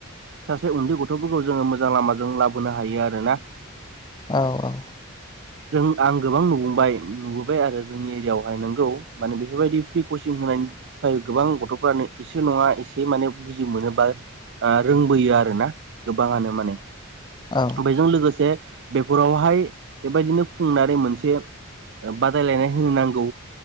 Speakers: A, on the right; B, on the left.
A: सासे उन्दै गथ'फोरखौ जोङो मोजां लामाजों लाबोनो हायो आरोना
B: औ औ
A: जों आं गोबां नुबोबाय नुबो बाय आरो जोंनि एरियायावहाय नोंगौ माने बेफोरबायदि फ्रि कचिं होनायफ्राय गोबां गथ'फोरानो इसे नङा इसे माने बुजि मोनो बा रोंबोयो आरो ना गोबाङानो माने
B: औ
A: बेजों लोगोसे बेफोरावहाय बेबायदिनो खुंनानै मोनसे बादायलायनाय होनो नांगौ